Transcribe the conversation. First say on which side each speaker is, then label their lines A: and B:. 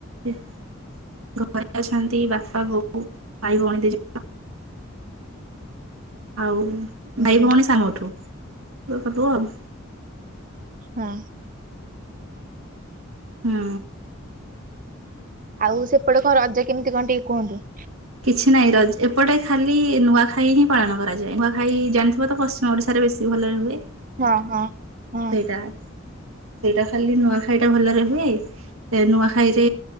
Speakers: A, on the right; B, on the right.
A: ଘରେ ଅଛନ୍ତି ବାପା ବୋଉ ଭାଇ ଭଉଣୀ ଦି ଜ ଆଉ
B: ହୁଁ
A: ଭାଇ
B: ହୁଁ
A: ଭଉଣୀ ସାନ ମଠୁ <unintelligible>
B: ହଁ।
A: ହୁଁ।
B: ଆଉ ସେପଟେ କଣ ରଜ କେମିତି କଣ ଟିକେ କୁହନ୍ତୁ?
A: କିଛି ନାହିଁ ରଜ ଏପଟେ ଖାଲି ନୂଆଖାଇହିଁ ପାଳନ କରାଯାଏ ନୂଆଖାଇ ଜାଣିଥିବତ ପଶ୍ ଓଡ଼ିଶାରେ ବେଶୀ ଭଲରେ ହୁଏ।
B: ହଁ- ହଁ ହଁ।
A: ଟା ସେଇଟା ଖାଲି ନୂଆଖାଇଟା ଭଲରେ ହୁଏ। ନୂଆଖାଇରେ